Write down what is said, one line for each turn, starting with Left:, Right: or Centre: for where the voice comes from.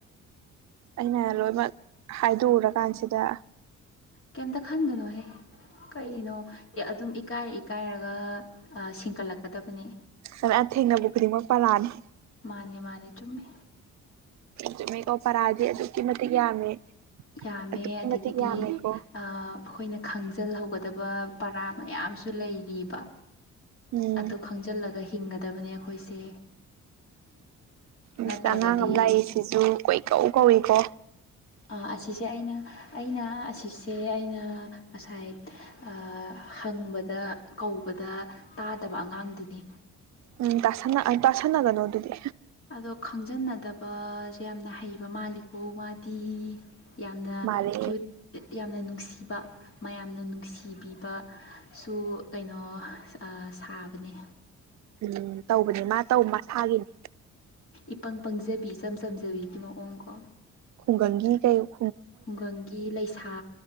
Right: ꯑꯩꯅ ꯂꯣꯏꯃꯛ ꯍꯥꯏꯗꯣꯛꯎꯔꯀꯥꯟꯁꯤꯗ
Left: ꯀꯩꯝꯇ ꯈꯟꯒꯅꯣꯍꯦ ꯀꯩꯅꯣ ꯑꯦ ꯑꯗꯨꯝ ꯏꯀꯥꯏꯔ ꯏꯀꯥꯏꯔꯒ ꯑꯥ ꯁꯤꯡꯀꯠꯂꯛꯀꯗꯕꯅꯦ
Right: <unintelligible> ꯊꯦꯡꯅꯕ ꯈꯨꯗꯤꯡꯃꯛ ꯄꯥꯔꯥꯅꯦ
Left: ꯃꯥꯅꯦ ꯃꯥꯅꯦ ꯆꯨꯝꯃꯤ
Right: ꯆꯨꯝꯃꯦꯀꯣ ꯄꯥꯔꯥꯗꯤ ꯑꯗꯨꯛꯀꯤ ꯃꯇꯤꯛ ꯌꯥꯝꯃꯦ
Left: ꯌꯥꯝꯃꯦ
Right: ꯑꯗꯨꯛꯀꯤ
Left: ꯑꯗꯒꯤꯗꯤ
Right: ꯃꯇꯤꯛ ꯌꯥꯝꯃꯦꯀꯣ
Left: ꯑꯥ ꯑꯩꯈꯣꯏꯅ ꯈꯪꯖꯜꯍꯧꯒꯗꯕ ꯄꯥꯔꯥ ꯃꯌꯥꯝꯁꯨ ꯂꯩꯔꯤꯕ
Right: ꯎꯝ
Left: ꯑꯗꯨ ꯈꯪꯖꯜꯂꯒ ꯍꯤꯡꯒꯗꯕꯅꯦ ꯑꯩꯈꯣꯏꯁꯦ
Right: <unintelligible>
Left: ꯅꯠꯇ꯭ꯔꯒꯗꯤ
Right: ꯑꯉꯥꯡ ꯑꯃ ꯂꯥꯛꯏꯁꯤꯁꯨ ꯀꯣꯏꯀꯧ ꯀꯧꯏꯀꯣ
Left: ꯑꯥ ꯑꯁꯤꯁꯦ ꯑꯩꯅ ꯑꯩꯅ ꯑꯁꯤꯁꯦ ꯑꯩꯅ ꯉꯁꯥꯏ ꯑꯥ ꯍꯪꯕꯗ ꯀꯧꯕꯗ ꯇꯥꯗꯕ ꯑꯉꯥꯡꯗꯨꯅꯤ
Right: ꯎꯝ ꯇꯥꯁꯟꯅ ꯇꯥꯁꯟꯅꯒꯅꯣ ꯑꯗꯨꯗꯤ
Left: ꯑꯗꯣ ꯈꯪꯖꯟꯅꯗꯕꯖꯦ ꯌꯥꯝꯅ ꯍꯩꯕ ꯃꯥꯜꯂꯤꯀꯣ ꯃꯥꯗꯤ ꯌꯥꯝꯅ
Right: ꯃꯥꯜꯂꯦ
Left: ꯀ꯭ꯌꯨꯠ ꯌꯥꯝꯅ ꯅꯨꯡꯁꯤꯕ ꯃꯌꯥꯝꯅ ꯅꯨꯡꯁꯤꯕꯤꯕꯁꯨꯨ ꯀꯩꯅꯣ ꯑꯥ ꯁꯥꯕꯅꯦ
Right: ꯎꯝ ꯇꯧꯕꯅꯦ ꯃꯥ ꯇꯧ ꯃꯁꯥꯒꯤꯅꯦ
Left: ꯏꯄꯪ ꯄꯪꯖꯕꯤ ꯏꯆꯝ ꯆꯝꯖꯕꯤꯒꯤ ꯃꯑꯣꯡ ꯀꯣ
Right: ꯈꯨꯡꯒꯪꯒꯤ ꯀꯩ ꯌꯨꯝ
Left: ꯈꯨꯡꯒꯪꯒꯤ ꯂꯩꯁꯥ